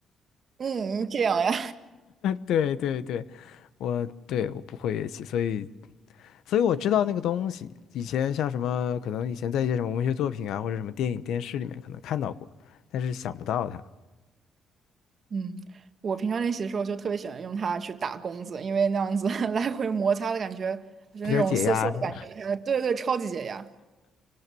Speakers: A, on the right; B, on the left.
A: 嗯，这样呀。
B: 对对对，我对我不会乐器，所以所以我知道那个东西。以前像什么，可能以前在一些什么文学作品啊，或者什么电影、电视里面可能看到过，但是想不到它，
A: 嗯，我平常练习的时候就特别喜欢用它去打弓子，因为那样子 <laughs> 来回摩擦的感觉，就那种涩涩的感觉，
B: 比较解压是吧
A: 呃对对，超级解压。